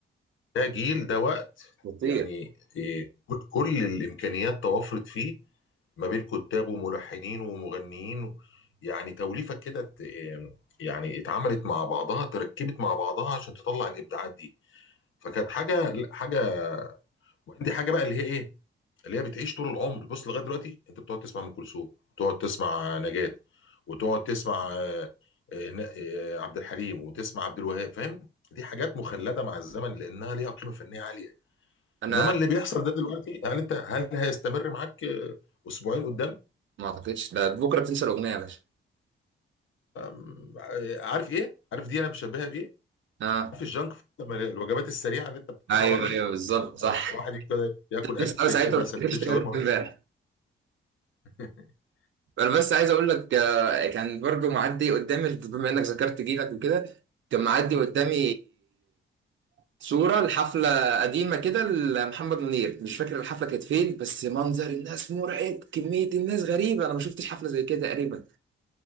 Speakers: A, on the left; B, on the right.
A: ده جيل ده وقت
B: خطير
A: يعني إيه كل الامكانيات توفرت فيه ما بين كتاب وملحنين ومغنيين و... يعني توليفة كده ت... آمم، يعني اتعملت مع بعضها تركبت مع بعضها عشان تطلع الابداعات دي فكانت حاجه لا، حاجه وعندي حاجه بقى اللي هي ايه اللي هي بتعيش طول العمر بص لغايه دلوقتي انت بتقعد تسمع ام كلثوم وتقعد تسمع نجاة وتقعد تسمع آه، ن- آه، عبد الحليم وتسمع عبد الوهاب فاهم دي حاجات مخلده مع الزمن لانها ليها قيمه فنيه عاليه
B: انا
A: انما اللي بيحصل ده دلوقتي هل انت هل هيستمر معاك آه، اسبوعين قدام
B: ما اعتقدش ده بكره بتنسى الاغنيه يا باشا
A: أم، عارف ايه عارف دي انا بشبهها بايه
B: اه
A: عارف الجانك فود لما الوجبات السريعه اللي انت بتاكلها
B: ايوه
A: بره دي
B: ايوه بالظبط
A: يعني
B: صح
A: الواحد كده ياكل اكل
B: بس انا ساعتها
A: كده
B: ما بتفتكرش
A: سندوتش
B: تتكلم
A: شاورما ويمشي
B: امبارح
A: <laughs>
B: انا بس عايز اقول لك آه، كان برضو معدي قدامي بما انك ذكرت جيلك وكده كان معدي قدامي صورة لحفلة قديمة كده لمحمد منير مش فاكر الحفلة كانت فين بس منظر الناس مرعب كمية الناس غريبة انا ما شفتش حفلة زي كده تقريبا